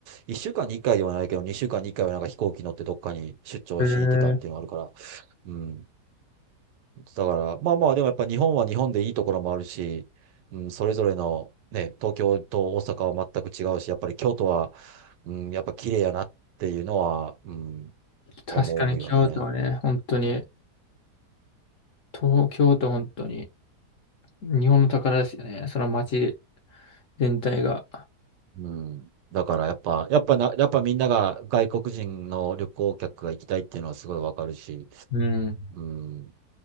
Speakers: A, on the right (about 80°); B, on the left (about 60°).
A: 1週間に1回ではないけど、2週間に1回はなんか飛行機乗ってどっかに出張しに行ってたっていうのがあるから、
B: へー
A: うん。だから、まあまあ、でもやっぱ日本は日本でいいところもあるし、うん、それぞれの、ね、東京と大阪は全く違うし、やっぱり京都は、うん、やっぱ綺麗やなっていうのは、うん、
B: 確かに京都ね、
A: 思うよね。
B: 本当に、東京都本当に、日本の宝ですよね、その街全体が。
A: うん。だからやっぱ、やっぱな、やっぱみんなが外国人の旅行客が行きたいっていうのはすごいわかるし、
B: うん。
A: うん。